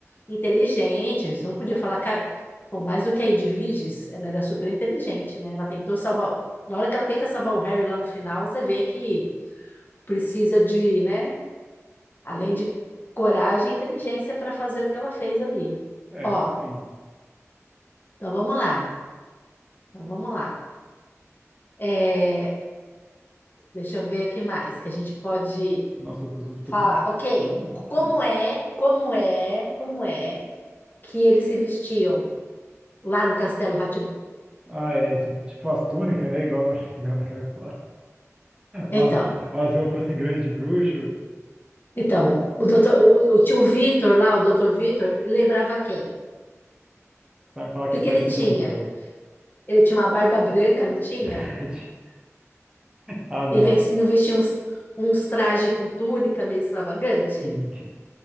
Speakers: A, on the left; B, on the right.
A: inteligentes. Não podia falar cara, pô, mais do que a Edwiges, ela era super inteligente, né? Ela tentou salvar. Na hora que ela tenta salvar o Harry lá no final, você vê que precisa de, né? Além de coragem e inteligência para fazer o que ela fez ali.
B: É,
A: Ó,
B: sim.
A: então vamos lá. Então vamos lá. É, Deixa eu ver aqui mais que a gente pode
B: Nossa, eu tô, tô
A: falar.
B: pensando
A: Ok, como
B: aqui.
A: é, como é, como é que eles se vestiam lá no Castelo rá
B: Ah, é, esse- tipo as túnicas, né? Igual no, <laughs> igual no Harry Potter.
A: Então,
B: Nossa, umas roupas assim grandes de bruxo.
A: então, o, doutor, o, o tio Vitor lá, o doutor Vitor, ele lembrava quem? O
B: Vai me falar que
A: que,
B: ele
A: que
B: parecia
A: ele tinha?
B: o Dumbledore.
A: Ele tinha uma barba branca, não tinha?
B: <laughs> Ah, não.
A: E ves- não vestia uns, uns trajes com túnica meio extravagante?
B: Sim.